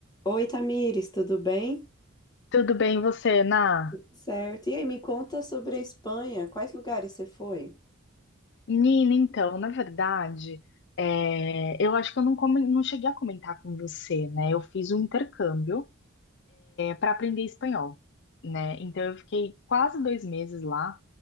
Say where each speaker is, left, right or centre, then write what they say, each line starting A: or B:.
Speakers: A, on the left; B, on the left.
A: Oi, Tamires, tudo bem?
B: Tudo bem, você, Na?
A: Certo. E aí, me conta sobre a Espanha. Quais lugares você foi?
B: Nina, então, na verdade, é, eu acho que eu não, comen- não cheguei a comentar com você, né? Eu fiz um intercâmbio, para aprender espanhol, né? Então, eu fiquei quase dois meses lá.